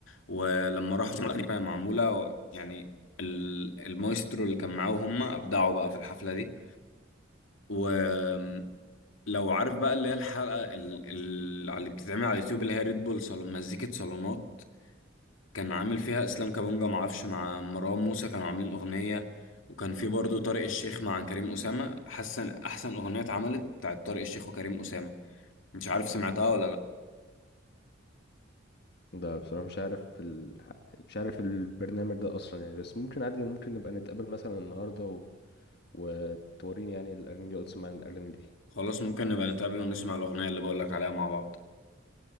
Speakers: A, on the left; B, on the left.
A: ولما راحوا سمعوا الاغاني وهي معموله و- يعني ال- المايسترو اللي كان معاهم هم ابدعوا بقى في الحفله دي ولو عارف بقى اللي هي الحلقه ال- ال- اللي بتتعمل على اليوتيوب اللي هي ريد بول صالون مزيكه صالونات كان عامل فيها اسلام كابونجا معرفش مع مروان موسى كانوا عاملين اغنيه وكان في برضه طارق الشيخ مع كريم اسامه حسن احسن اغنيه اتعملت بتاعت طارق الشيخ وكريم اسامه مش عارف سمعتها ولا لا
B: ده بصراحه مش عارف ال... مش عارف البرنامج ده اصلا يعني بس ممكن عادي ممكن نبقى نتقابل مثلا النهارده و... وتوريني يعني الاغاني دي وتسمعني الاغاني دي
A: خلاص ممكن نبقى نتقابل ونسمع الاغنيه اللي بقولك عليها مع بعض